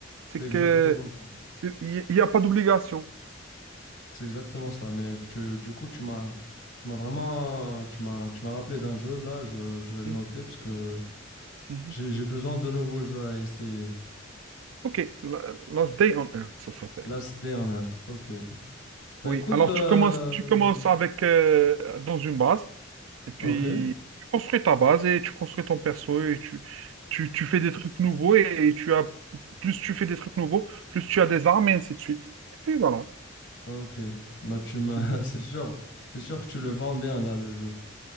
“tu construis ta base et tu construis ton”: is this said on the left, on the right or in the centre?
Right